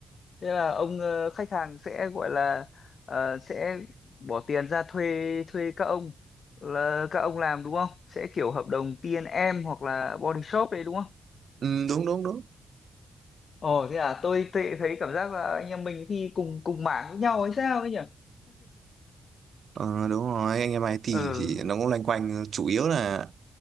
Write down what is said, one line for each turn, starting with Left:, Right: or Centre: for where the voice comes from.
Left: thế là ông ờ, khách hàng sẽ gọi là ờ, sẽ bỏ tiền ra thuê thuê các ông là các ông làm đúng không sẽ kiểu hợp đồng T&M hoặc là body shop đấy đúng không
Right: Ừ, đúng đúng đúng.
Left: ồ thế à tôi tự thấy cảm giác là anh em mình thì cùng cùng mảng với nhau hay sao ấy nhỉ
Right: Ờ, đúng rồi, anh em IT
Left: ừ
Right: thì nó cũng loanh quanh chủ yếu là